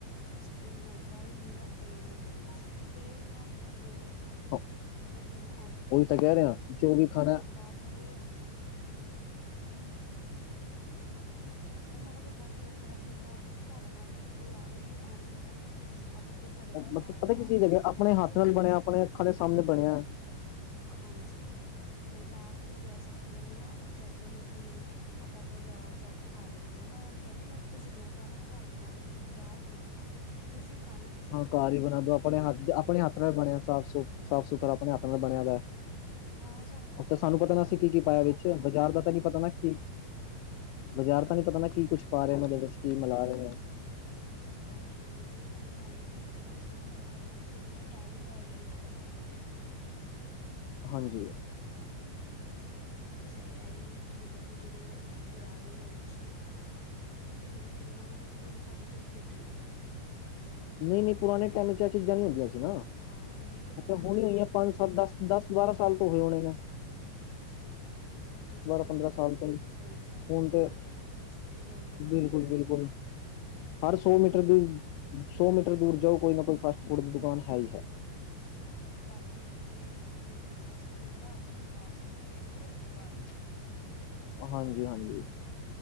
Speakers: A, on the left; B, on the left.
A: ਸਪਰਿੰਗ ਰੋਲ ਖਾਏ ਨਿਰਾ ਤੇਲ ਉਹਦੇ ਵਿੱਚ ਤੇਲ ਨਾਲ ਨਿਚੜੇ ਹੋਏ।
B: ਓ
A: ਇੰਨਾ
B: ਉਹੀ ਤਾਂ ਕਹਿ ਰਿਹਾ ਜੋ ਵੀ ਖਾਣਾ ਐ।
A: ਬਾਦ ਤੇ <inaudible> ਹੁਣ ਆਪਾਂ ਜੇ ਬਰਗਰ ਵਗੈਰਾ ਪੀਜ਼ਾ ਅਸੀ ਘਰ ਬਣਾ ਨੇ ਆ ਬਾਰੋਂ ਕੋਈ ਚੀਜ਼ ਆਣੀ ਨੀ ਸਾਡੇ ਘਰ ਅਗਰ ਕੋਈ ਸਾਡੇ ਘਰ ਬਾਹਰ
B: ਮਤਲਬ ਪਤਾ ਕੀ ਚੀਜ਼ ਹੈਗੀ ਹੈ
A: ਤੋਂ
B: ਆਪਣੇ
A: ਆਇਆ
B: ਹੱਥ ਨਾਲ ਬਣਿਆ ਆਪਣੇ ਅੱਖਾਂ ਦੇ ਸਾਹਮਣੇ ਬਣਿਆ।
A: ਹਾਂਜੀ ਕੋਈ ਬਾਹਰ ਤੋਂ ਵੀ ਗੈੱਸਟ ਆਉਂਦੇ ਨੇ ਨਾ ਉਹ ਕਹਿੰਦੇ ਨੇ ਕਿ ਆਪਾਂ ਬਾਜ਼ਾਰ ਜਾ ਕੇ ਖਾ ਲੈਂਨੇ ਹਾਂ ਮੈਂ ਉਹ ਨੂੰ ਕਹਿਣੀ ਆ ਮੈਂ ਤੁਸੀਂ ਜੋ ਖਾਣਾ ਮੈਂ ਘਰ ਬਣਾ ਦਾਂਗੀ ਬਾਹਰ ਤੋਂ ਨੀ ਖਾਣਾ। ਤੁਸੀਂ ਖਾਣਾ ਤ
B: ਹਾਂ ਘਾਰ ਹੀ ਬਣਾ ਦੋ ਆਪਣੇ ਹੱਥ -ਆਪਣੇ ਹੱਥ ਨਾਲ ਬਣਿਆ ਸਾਫ਼- ਸੁਫ਼, ਸਾਫ਼- ਸੁਥਰਾ ਆਪਣੇ ਹੱਥ ਨਾਲ ਬਣਿਆ ਦਾ।
A: ਹਾਂ ਸਾਨੂੰ
B: ਤਾਂ
A: ਆਪਾਂ
B: ਸਾਨੂੰ
A: ਕਿਹੜਾ
B: ਪਤਾ ਨਾ ਅਸੀ
A: ਓਇਲ
B: ਕੀ- ਕੀ
A: ਯੂਜ
B: ਪਾਇਆ ਵਿਚ
A: ਕਰ ਰਹੇ
B: ਬਾਜ਼ਾਰ
A: ਹਾਂ
B: ਦਾ ਤਾਂ ਨਹੀਂ ਪਤਾ ਨਾ ਕੀ ਬਜ਼ਾਰ ਤਾਂ ਨਹੀਂ ਪਤਾ ਨਾ ਕੀ ਕੁਛ ਪਾ ਰਹੇ ਉਦੇ ਵਿੱਚ ਕੀ ਮਿਲਾ ਰਹੇ ਨੇ।
A: ਹਾਂਜੀ, ਉਹੀ ਤੇ ਨਾ ਹੁਨ ਸਾਨੂੰ ਤੇ ਕੁਛ ਵੀ ਨੀ ਪਤਾ ਕਿ ਕਿੰਨੇ ਟਾਈਮ ਦਾ ਯੂਜ ਕਰ ਰਹੇ ਨੇ?
B: ਹਾਂਜੀ
A: ਬਸ ਇਹ- ਇਹੀ ਕਿ ਹੁਣ ਦੇਖੋ ਜੇਹੜੇ ਪੁਰਾਣੇ ਲੋਕ ਸੀ। ਤੇ ਉਹ ਕਿੰਨਾ ਮਤਲਬ ਹਜੇ ਤੱਕ ਫਿੱਟ ਨੇ।
B: ਨਹੀਂ- ਨਹੀਂ ਪੁਰਾਣੇ ਟਾਈਮ 'ਚ ਏਹ ਚੀਜ਼ਾਂ ਨਹੀਂ ਹੁੰਦੀਆਂ ਸੀ। ਨਾ
A: ਹਾਂ ਉਹੀ ਨਾ
B: ਤੇ
A: ਗੱਲ
B: ਹੁਣ
A: ਆ
B: ਈ
A: ਗਈ
B: ਹੋਈਆਂ
A: ਪੁਰਾਣੇ
B: ਪੰਜ ਸੱਤ
A: ਟਾਈਮ
B: ਦਸ ਦਸ ਬਾਰਾਂ ਸਾਲ ਤੋਂ ਹੋਏ ਹੋਣਗੇ।
A: ਹਾਂ ਹੁਣ ਤੇ ਜਗ੍ਹਾ-
B: ਪੰਦਰਾਂ
A: ਜਗ੍ਹਾ
B: ਸਾਲ
A: ਤੇ
B: ਤੋਂ
A: ਕੋਈ ਮੋਮਸ
B: ਹੁਣ
A: ਬਣਾ
B: ਤੇ
A: ਰਿਹਾ। ਕੋਈ ਸਪਰਿੰਗ ਰੋਲ ਬਣਾ
B: ਬਿਲਕੁਲ
A: ਰਿਹਾ।
B: ਬਿਲਕੁਲ ਹਰ ਸੌ ਮੀਟਰ
A: ਮਤਲਬ
B: ਦੀ, ਸੌ ਮੀਟਰ ਦੂਰ ਜਾਓ ਕੋਈ ਨਾ ਕੋਈ ਫਾਸਟ ਫੂਡ ਦੀ ਦੁਕਾਨ ਹੈ ਹੀ ਹੈ।
A: ਹਾਂ, ਮਤਲਬ ਅੱਜ-ਕੱਲ ਕੋਈ ਕਿਸੇ ਨੂੰ ਬਿਜਨਸ ਨੀ ਮਿਲਦਾ ਤੇ ਉਹ ਫਾਸਟ ਫੂਡ ਦੀ ਦੁਕਾ ਦੁਕਾਨ। <unintelligible>
B: ਹਾਂਜੀ-ਹਾਂਜੀ।